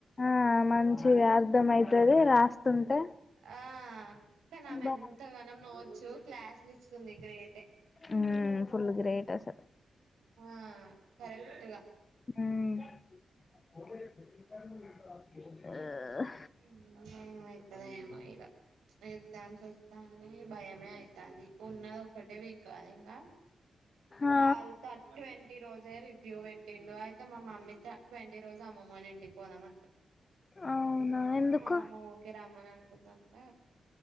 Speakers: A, on the left; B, on the right.
A: ఆ మాల్ మంచిగా అర్థమైతది రాస్తుంటే
B: ఆ కానీ ఆమె
A: బాగా
B: ఎంతగానం నోట్స్ క్లాసులు ఇస్తుంది గ్రేటే
A: ఉమ్మ్ ఫుల్ గ్రేట్. చేసే
B: ఆ పరలే ఇగ
A: ఉమ్
B: <inaudible> ఎమ్మొ ఇగ ఆ ఎగ్జామ్స్ వస్త అని భయమే అయితాంది ఉన్నది ఒక్కటే వీకు అది గూడా
A: ఆ
B: కాల్ తట్వన్ ఈ రోజే రివ్యూ పెట్టిండు అయితే మా మమ్మీ ట్వంటీ రోజు అమ్మమోళ్ళ ఇంటికి పోదం అన్నది
A: అవునా ఎందుకు
B: మ అమ్మమ్మ ఓకే రామ్మనన్ దంట